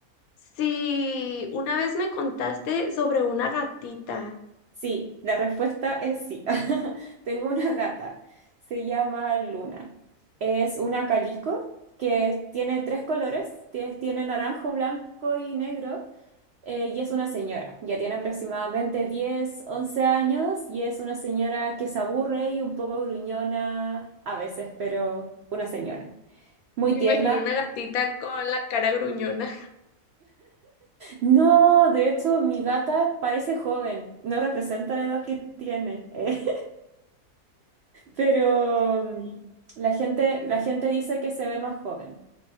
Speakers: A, on the left; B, on the right.
A: si una vez me contaste sobre una gatita.
B: Sí, la respuesta es sí. <laughs> Tengo una gata, se llama Luna. Es una calico que tiene tres colores, tie- tiene naranjo, blanco y negro. Eh, y es una señora, ya tiene aproximadamente 10, 11 años y es una señora que se aburre y un poco gruñona a veces, pero una señora. Muy
A: Me
B: tierna.
A: imagino una gatita con la cara gruñona.
B: No, de hecho, mi gata parece joven, no representa la edad que tiene, <laughs> eh, pero mm, la gente, la gente dice que se ve más joven.